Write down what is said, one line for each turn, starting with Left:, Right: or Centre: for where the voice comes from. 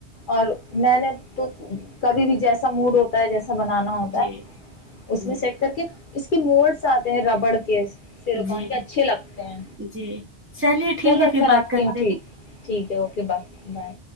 Left: اور میں نے تو کبھی بھی جیسا موڈ ہوتا تج <inaudible> بنانا ہوتا
Right: جی
Left: ہے اس
Right: جی
Left: میں سیٹ کر کے اس کے موڈس آتے ہیں ربڑ کے سیرکان
Right: جی
Left: کے اچھے لگتے ہیں
Right: جی چلیے ٹھیک
Left: چلو
Right: ہے
Left: اچھا
Right: پھر بات
Left: رکھتے
Right: کرتے
Left: ہٹھیک ٹھیک ہے اوکے بائے بائے